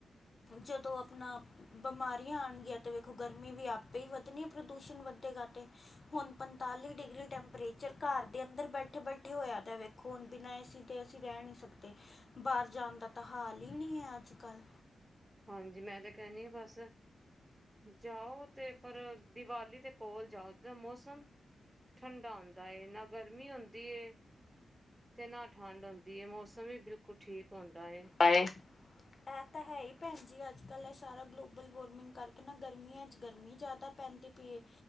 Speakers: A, on the left; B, on the right.
A: ਜਦੋਂ ਆਪਣਾ ਬਿਮਾਰੀਆਂ ਆਣਗੀਆਂ ਤੇ ਵੇਖੋ ਗਰਮੀ ਵੀ ਆਪੇ ਹੀ ਵੱਧਣੀ ਹੈ, ਪ੍ਰਦੂਸ਼ਣ ਵੱਧੇਗਾ ਤੇ। ਹੁਣ ਪੰਤਾਲੀ ਡਿਗਰੀ ਟੈਂਪਰੇਚਰ ਘਰ ਦੇ ਅੰਦਰ ਬੈਠੇ-ਬੈਠੇ ਹੋਇਆ। ਖੂਨ ਬਿਨਾਂ ਏਸੀ ਦੇ ਅਸੀਂ ਰਹਿ ਨਹੀਂ ਸਕਦੇ, ਬਾਹਰ ਜਾਣ ਦਾ ਤਾਂ ਹਾਲ ਹੀ ਨਹੀਂ ਹੈ ਅੱਜ-ਕੱਲ੍ਹ।
B: ਹਾਂਜੀ, ਮੈਂ ਤਾਂ ਕਹਿਣੀ ਆ ਬਸ ਜਾਓ ਤੇ ਪਰ ਦੀਵਾਲੀ ਦੇ ਕੋਲ ਜਾਓ, ਦਾ ਮੌਸਮ ਠੰਡਾ ਹੁੰਦਾ ਏ, ਨਾ ਗਰਮੀ ਹੁੰਦੀ ਏ ਤੇ ਨਾ ਠੰਢ ਹੁੰਦੀ ਏ, ਮੌਸਮ ਵੀ ਬਿਲਕੁਲ ਠੀਕ ਹੁੰਦਾ ਏ।
A: ਆਏ <unintelligible> ਇਹ ਤਾਂ ਹੈ ਹੀ ਭੈਣ ਜੀ ਅੱਜ- ਕੱਲ੍ਹ, ਇਹ ਸਾਰਾ ਗਲੋਬਲ ਵਾਰਮਿੰਗ ਕਰਕੇ ਨਾ ਗਰਮੀਆਂ 'ਚ ਗਰਮੀ ਜ਼ਿਆਦਾ ਪੈਂਦੀ ਏ,